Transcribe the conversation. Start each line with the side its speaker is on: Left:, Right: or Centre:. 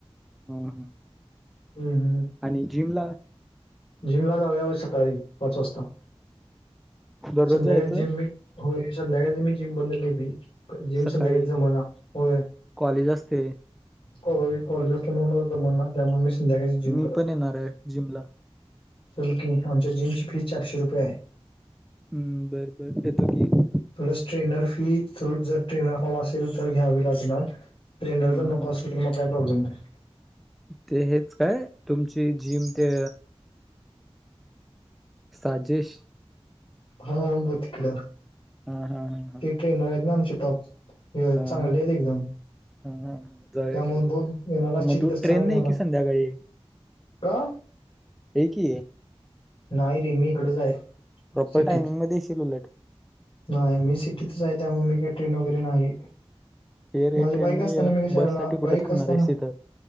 Centre: हा ह
Left: हम हम
Centre: आणि जिमला
Left: जिम ला जाऊया सकाळी पाच वाजता
Centre: दररोज
Left: संध्याकाळी
Centre: जायचं
Left: जिम हो संध्याकाळी मी जिम बंद केली जिम
Centre: सकाळी
Left: सध्या जमाना हो
Centre: कॉलेज असते
Left: होय कॉलेज असल्यामुळे मला जमाना त्यामुळे मी संध्याकाळची जिम
Centre: मी
Left: करत
Centre: पण येणार आहे जिम ला
Left: चल की आमच्या जिम ची फीज चारशे रुपये आहे
Centre: हम्म बरं बर येतो की
Left: प्लस ट्रेनर फी जर ट्रेनर हवा असेल तर घ्यावी लागणार ट्रेंनर
Centre: हा
Left: तर नको
Centre: हा
Left: असल तर मग काही प्रॉब्लेम नाही
Centre: ते हेच काय तुमची जिम ते साजिश
Left: हाब तिकड
Centre: हा हा हा
Left: ते ट्रेनर आहेत ना आमचे टॉप चांगले
Centre: हा हा
Left: आहेत एकदम
Centre: हा हा जाऊया
Left: त्यामुळे
Centre: की
Left: बघ येणार असशील
Centre: मग तू
Left: तर सांग
Centre: ट्रेन नाही
Left: मला
Centre: की संध्याकाळी
Left: का
Centre: ये कि
Left: नाही रे मी इकडंच आहे
Centre: प्रॉपर
Left: सिटीत
Centre: टायमिंगमध्येध्ये येशील उलट
Left: नाही मी सिटीतच आहे त्यामुळे मी काही ट्रेन वगैरे नाही
Centre: ये रे
Left: माझी
Centre: ट्रेन
Left: बाईक
Centre: नाही
Left: असताना मी क शाला
Centre: बस साठी कुठे
Left: बाईक
Centre: थांबणार
Left: असताना
Centre: आहेस तिथं